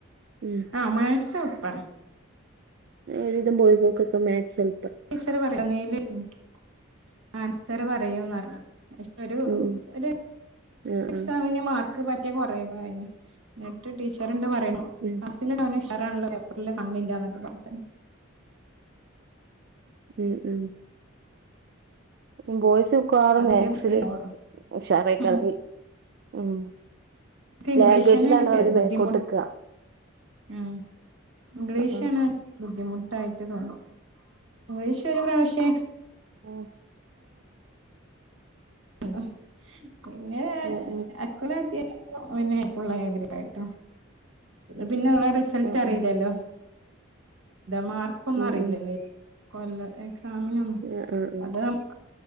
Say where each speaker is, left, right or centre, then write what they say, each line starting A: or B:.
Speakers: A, on the right (about 50°); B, on the right (about 80°).
A: ഉം
B: ആഹ് മാക്സ് എൾപ്പാണ്
A: ഒരു വിധം ബോയ്സേക്കൊക്കെ മാക്സെൾ
B: ടീച്ചർ പറയും <unintelligible> ആൻസർ പറയുംന്ന് പറഞ്ഞ് ഒരു
A: ഉം ഉം
B: ഒര്
A: ആഹ്
B: എക്സാമിന്റെ
A: ആഹ്
B: മാർക്ക് പറ്റെ കൊറയും <unintelligible> ഇന്നട്ട് ടീച്ചർണ്ട് പറയ്ണ്
A: ഉം
B: ക്ലാസ്സിലവന് ശാറാണല്ലോ പേപ്പറില് കണ്ണില്ല എന്നൊക്കെ പറഞ്ഞ്ട്ട്
A: ഉം ഉം <unintelligible> ബോയ്സ് മിക്കവാറും
B: അതെന്തേ
A: മാക്സില്
B: പറ്റിയെന്നാവോ
A: ഉഷാറേക്കാരം
B: ഉം
A: ഉം
B: ഇൻക്ക് ഇംഗ്ലീഷ്
A: ലാംഗ്വേജിലാണ്
B: തന്നെയാണ്
A: അവര്
B: ബുദ്ധിമുട്ട്
A: ബേക്കോട്ട് നിക്ക
B: ഉം ഇംഗ്ലീഷാണ്
A: ആഹ്
B: ബുദ്ധിമു ട്ടായിട്ട് തോന്നും ഒരിശ ഒരു പ്രാവശ്യ
A: ആഹ്
B: <unintelligible> പിന്നെ
A: ഉം
B: <unintelligible>
A: ഉം
B: ഓ പിന്നെ ഫുള്ള് എ ഗ്രേഡ് ആയിട്ടോ പിന്നെ <unintelligible> റിസൾട്ട്
A: ഉം
B: അറില്ലല്ലോ
A: ഉം
B: മാർക്ക് ഒന്നും
A: ഉം
B: അറിയില്ലല്ലേ
A: ഉം
B: കൊല്ല എക്സാമിനൊന്നും
A: ആഹ് ആഹ് ആഹ്
B: അത് നമുക്ക്